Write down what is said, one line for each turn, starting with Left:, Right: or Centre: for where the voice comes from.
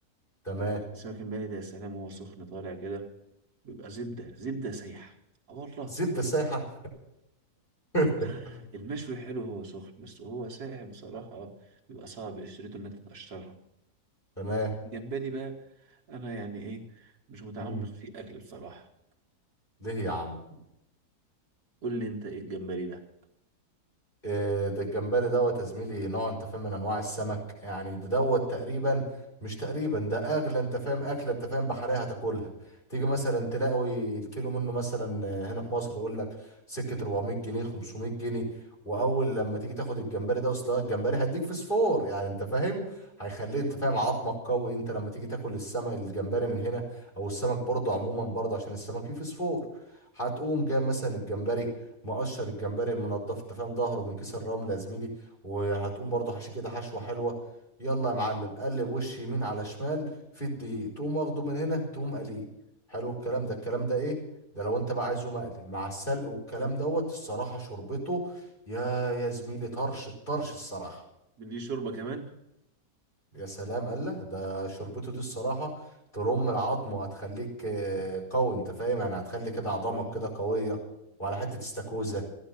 Left: تمام
Right: السمك المقلي ده يا سلام وهو سخن طالع كده بيبقى زبدة زبدة سايحة اه والله
Left: زبدة سايحة <laughs>
Right: <laughs> المشوي حلو هو سخن بس وهو ساقع بصراحة بيبقى صعب قشرته إنها تتقشرها
Left: تمام
Right: الجمبري بقى أنا يعني إيه مش متعمق
Left: مم.
Right: في أكل بصراحة
Left: ليه يا عم
Right: قول لي أنت إيه الجمبري ده
Left: إيه ده الجمبري دوت يا زميلي نوع انت فاهم من انواع السمك يعني ده دوت تقريبا مش تقريبا ده اغلى انت فاهم اكله انت فاهم بحريه هتاكلها تيجي مثلا تلاقي الكيلو منه مثلا آه، هنا في مصر يقول لك سكه 400 جنيه 500 جنيه واول لما تيجي تاخد الجمبري ده اصلا الجمبري هيديك فسفور يعني انت فاهم هيخليه انت فاهم عظمك قوي انت لما تيجي تاكل السمك الجمبري من هنا او السمك برضه عموما برضه عشان السمك فيه فسفور هتقوم جايب مثلا الجمبري مقشر الجمبري المنضف انت فاهم ظهره من كيس الرمل يا زميلي وهتقوم برضه حشي كده حشوه حلوه يلا يا معلم قلب وش يمين على شمال في الدقيق تقوم واخده من هنا تقوم قليه حلو الكلام ده الكلام ده ايه ده لو انت بقى عايزه مقلي مع السلق والكلام دوت الصراحه شربته يا يا زميلي طرش الطرش الصراحه
Right: ليه شوربة كمان
Left: يا سلام قال ده شربته دي الصراحه ترم العظم وهتخليك آه، قوي انت فاهم يعني هتخلي كده
Right: أنا بصراحة
Left: عظامك كده قويه وعلى حته استاكوزا